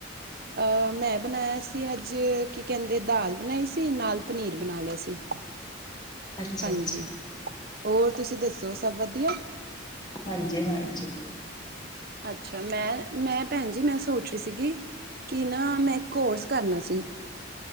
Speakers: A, on the right; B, on the left.
A: ਅਹ ਮੈਂ ਬਣਾਇਆ ਸੀ ਅੱਜ, ਕੀ ਕਹਿੰਦੇ ਦਾਲ ਬਣਾਈ ਸੀ ਨਾਲ, ਪਨੀਰ ਬਣਾ ਲਿਆ ਸੀ,
B: ਅੱਛਾ
A: ਹਾਂਜੀ।
B: ਅੱਛਾ
A: ਹੋਰ ਤੁਸੀਂ ਦੱਸੋ, ਸਭ ਵਧੀਆ?
B: ਹਾਂਜੀ- ਹਾਂਜੀ।
A: ਅੱਛਾ ਮੈਂ, ਮੈਂ ਭੈਣ ਜੀ ਮੈਂ ਸੋਚ ਰਹੀ ਸੀਗੀ। ਕਿ ਨਾ ਮੈਂ ਕੋਰਸ ਕਰਨਾ ਸੀ।